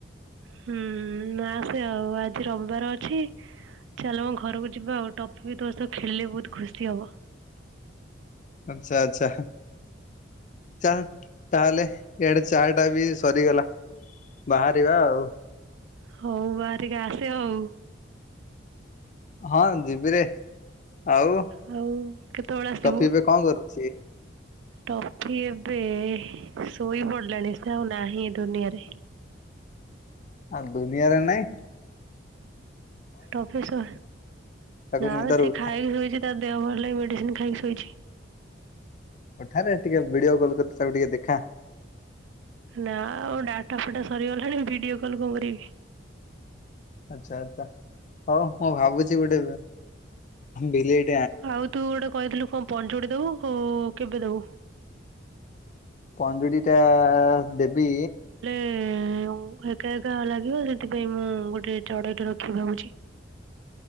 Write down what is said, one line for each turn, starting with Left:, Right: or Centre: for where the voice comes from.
Right: ହୁଁ ଆସେ ଆଉ ଆଜି ରବିବାର ଅଛି। ଚାଲ ମଁ ଘରକୁ ଯିବା ଆଉ ଟଫି ବି ତୋ ସହ ଖେଳିଲେ ବହୁତ ଖୁସି ହବ।
Left: ଆଚ୍ଛା ଆଚ୍ଛା ଚାଲ ତାହେଲେ ଏଡେ ଚାର ଟା ବି ସରିଗଲା। ବାହାରିବା ଆଉ।
Right: ହଉ ବାହାରିକି ଆସେ ଆଉ।
Left: ହଁ ଯିବିରେ ଆଉ
Right: ଆଉ କେତେବେଳେ ଆସିବୁ?
Left: ଟଫି ଏବେ କଣ କରୁଚି?
Right: ଟଫି ଏବେ ଶୋଇ ପଡିଲାଣି ସେ ଆଉ ନାହିଁ ଏ ଦୁନିଆରେ। <inaudible>
Left: ଆଁ ଦୁନିଆରେ ନାଇ
Right: ଟଫି ସ
Left: ତାକୁ
Right: ନା
Left: ନିଦରୁ
Right: ବେ ସେ
Left: ଉଠା
Right: ଖାଇକି ଶୋଇଚି ତାର ଦେହ ଭଲ ନାହିଁ ମେଡିସିନ ଖାଇକି ଶୋଇଚି।
Left: ଉଠାରେ ଟିକେ ଭିଡିଓ କଲ୍ କରିଚି ତାକୁ ଟିକେ ଦେଖା।
Right: ନା ଆଉ ଡାଟା ଫାଟା ସରିଗଲାଣି ଭିଡିଓ କଲ କଣ କରିବି? <inaudible>
Left: ଆଚ୍ଛା ଆଚଛା ହଉ ମୁଁ ଭାବୁଚି ଗୋଟେ ବିଲେଇ
Right: ଆଉ ତୁ ଗୋଟେ କହିଥିଲୁ କଣ ପଞ୍ଚୁଟି ଦବୁ ଆଉ କେବେ ଦବୁ?
Left: ପଞ୍ଜୁୁଡିଟା ଦେବି।
Right: ଏ ଆଉ ଏକା ଏକା ଲାଗିବ, ସେଥିପାଇଁ ମୁଁ ଗୋଟେ ଚଢେଇଟେ ରଖିବି ଭାବୁଚି। <inaudible>